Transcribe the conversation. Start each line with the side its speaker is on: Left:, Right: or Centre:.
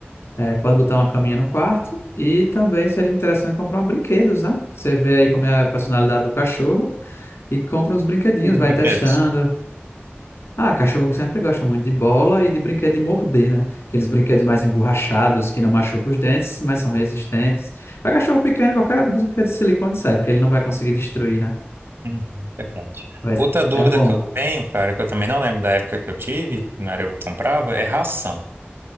Left: É, pode botar uma caminha no quarto e também seria interessante comprar uns brinquedos, né? Você vê aí como é a personalidade do cachorro e compra uns brinquedinhos,
Right: Tipo de
Left: vai
Right: brinquedos.
Left: testando. Ah, cachorro sempre gosta muito de bola e de brinquedo de morder, né? Aqueles brinquedos mais emborrachados que não machucam os dentes, mas são resistentes. Para cachorro pequeno, qualquer brinquedo de silicone serve, porque ele não vai conseguir destruir, né?
Right: Uhum, verdade.
Left: Mas
Right: Outra dúvida
Left: é bom.
Right: que eu tenho, cara, que eu também não lembro da época que eu tive, que não era eu que comprava, é ração.